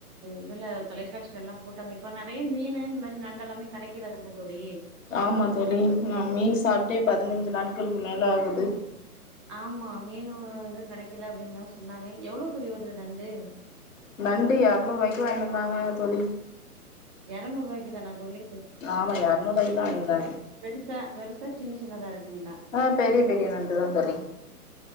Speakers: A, on the right; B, on the left.
A: இதுல தொலைக்காட்சியில் எல்லாம் போட்டாங்க இப்ப நறைய மீனு நண்டு எல்லாம் இப்ப கெடைக்கிறது இல்லல்ல தோழி
B: ஆமா தோழி நான் மீன் சாப்டே
A: ம்.
B: பதினைந்து நாள் ளுக்கு மேலே ஆகுது
A: ஆமா மீனு வந்து கெடைக்கல அப்படின்னுதான் சொன்னாங்க எவ்வளவு தோழி வருது நண்டு
B: நண்டு இருநூறு ரூபாய்க்கு வாங்கிட்டு வந்தாங்க தோழி
A: இருநூறு ரூபாய்க்கு தானா தோழி
B: ஆமா எரநூறுவாய்க்கு தா வாங்கினு வந்தாங்க
A: பெருசா பெரிசா சின்ன சின்னதா இருக்குங்களா
B: ஆஹ் பெரிய பெரிய நண்டுதான் தோழி